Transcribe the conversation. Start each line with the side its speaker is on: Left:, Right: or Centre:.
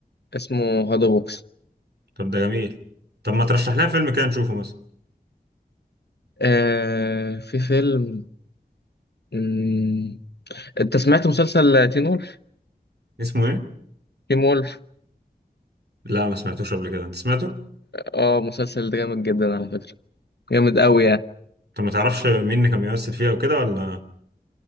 Left: اسمه هادو بوكس
Right: طب ده جميل طب ما ترشح لنا فيلم كده نشوفه مثلا
Left: آه، في فيلم مم. انت سمعت مسلسل تين وولف
Right: اسمه ايه
Left: تين وولف
Right: لا ما سمعتوش قبل كده انت سمعته
Left: اه مسلسل ده جامد جدا على فكره جامد قوي يعني.
Right: طب ما تعرفش مين اللي كان بيمثل فيها وكده ولا